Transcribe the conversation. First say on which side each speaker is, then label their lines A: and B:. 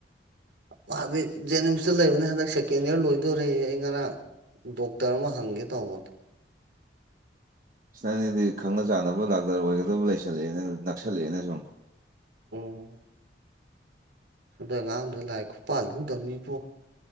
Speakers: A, on the right; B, on the right.
A: ꯃꯥꯗꯤꯩ ꯖꯦꯅꯤꯝꯁꯇ ꯂꯩꯕꯅꯤ ꯍꯟꯗꯛ ꯁꯦꯀꯦꯟ ꯏꯌꯥꯔ ꯂꯣꯏꯗꯣꯔ ꯑꯩ ꯉꯔꯥꯡ ꯗꯣꯛꯇꯔ ꯑꯃ ꯍꯪꯒꯦ ꯇꯧꯕꯅꯦ
B: ꯁꯤ ꯅꯪꯅꯤꯗꯤ ꯈꯪꯅ ꯆꯥꯟꯅꯕ ꯗꯥꯛꯇꯔ ꯑꯣꯏꯒꯗꯕ ꯂꯩꯁꯜꯂꯛꯑꯦꯅ ꯅꯛꯁꯜꯂꯛꯑꯦꯅ ꯁꯨꯝ
A: ꯎꯝ ꯑꯗꯣ ꯑꯉꯥꯡꯗꯨꯗ ꯂꯥꯏꯔꯤꯛ ꯈꯨ ꯄꯥꯜꯂꯗꯕꯅꯤꯕꯣ